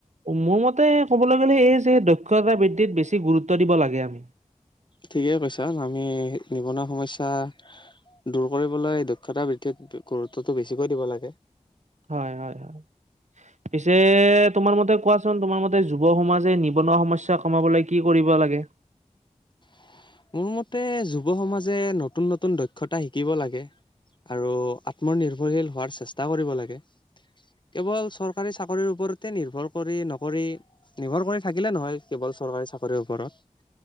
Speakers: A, on the right (about 65°); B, on the left (about 35°).
A: মোৰমতে তাতে ক'বলৈ গ'লে এই যে দক্ষতা বৃদ্ধিত বেছি গুৰুত্ব দিব লাগে আমি।
B: ঠিকেই কৈছা আমি নিবনুৱা সমস্যা দূৰ কৰিবলৈ দক্ষতা বৃদ্ধিত গুৰুত্বটো বেছিকৈ দিব লাগে।
A: হয় হয় হয়। পিছে তোমাৰ মতে কোৱাচোন তোমাৰ মতে যুৱ সমাজে নিবনুৱা সমস্যা কমাবলৈ কি কৰিব লাগে?
B: <inaudible> মোৰ মতে যুৱ সমাজে নতুন নতুন দক্ষতা শিকিব লাগে। আৰু আত্মনিৰ্ভৰশীল হোৱাৰ চেষ্টা কৰিব লাগে। কেৱল চৰকাৰী চাকৰিৰ ওপৰ তে নিৰ্ভৰ কৰি নকৰি নিৰ্ভৰ কৰি থাকিলে নহয় কেৱল চৰকাৰী চাকৰিৰ ওপৰত।